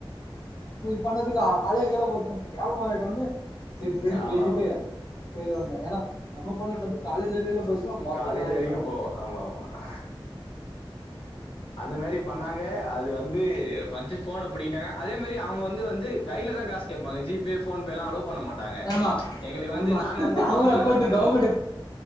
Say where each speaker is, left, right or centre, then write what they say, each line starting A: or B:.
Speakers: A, on the left; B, on the left.
A: போயிருக்கியா காலேஜ்ஜுக்கலா போ கேவலமா ஆய்டும்ன்னனு சரி சரி
B: ஆமா
A: பேசிட்டே
B: ஆமா
A: <unintelligible> வந்தே ஏன்னா நம்ம பண்ண தப்ப காலேஜ் வரயில போய் ஃபுல்லா மொத்த
B: காலேஜ்
A: நாரிடு
B: வரைக்கும் போவோம் ஆமா ஆமா ஆ அது மேரி பண்ணாங்க அது வந்து பஸ்ட்டு போன புடிங்கிட்டாங்க அதே மாரி அவங்க வந்து வந்து கையில தா காசு கேப்பாங்க த ஜி பே போன்பேல்லா அனுப பண்ண மாட்டாங்க
A: ஆமா
B: எங்களுக்கு
A: ஆமா
B: வந்து நாங்க வந்து
A: அவங்க
B: கவுண்டண்டர்ல
A: அக்கௌண்ட்
B: கட்டணு
A: கவர்மெண்ட்